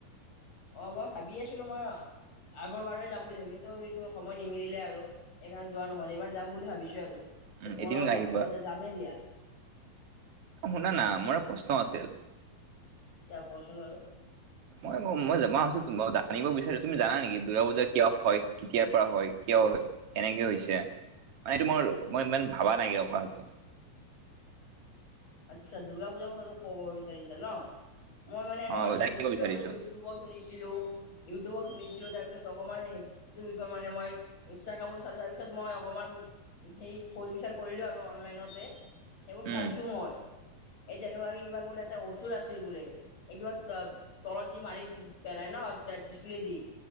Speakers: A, on the left; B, on the right.
A: অঁ, মই ভাবি আছিলোঁ। মই আগৰ বাৰে যাম বুলি ভাবি কিন্তু এইটো সময় নিমিলে আৰু এইকাৰণে যোৱা নহ'ল। এইবাৰ যাম বুলি ভাবিছোঁ আৰু। এতিয়া
B: উম
A: তোমালোকক
B: এদিন
A: লগ
B: আহিবা
A: পালো যে যামেই দিয়া।
B: অ শুনা না। মোৰ প্ৰশ্ন আছিল।
A: এতিয়া কোৱা চোন বাৰু?
B: মই ম মই ভাবিছোঁ মই জানিব বিচাৰো তুমি জানা নেকি? দুৰ্গা পূজা কিয় হয়, কেতিয়াৰ পৰা হয়, কিয় হয় কেনেকে হৈছে মানে এইটো মোৰ মই ইমান ভাৱা নাই কিয় কথাটো।
A: আচ্ছা, দুৰ্গা পূজাৰ কথাটো ক'ব বিচাৰিছা ন'? মই মানে এনেকুৱা
B: অ
A: শুনিছিলো
B: জানিব বিচাৰিছো
A: আৰু ইউটিউবত শুনিছিলো, ইউটিউবত শুনিছিলো তাৰপিছত অকণমান হেৰি টো বিষয়ে মানে, মই ইনষ্টাগ্ৰামত চালো তাৰপিছত মই অকমান সেই ফল বিচাৰ কৰিলো আৰু অনলাইনতে। সেইবোৰ চাইছোঁ
B: উম
A: মই। এই যেনেকুৱাে কিবা বোলে এটা অসুৰ আছিল বোলে। একবাৰে ত তলত যি মাৰি পেলাই ন' ত্ৰিশূলেদি?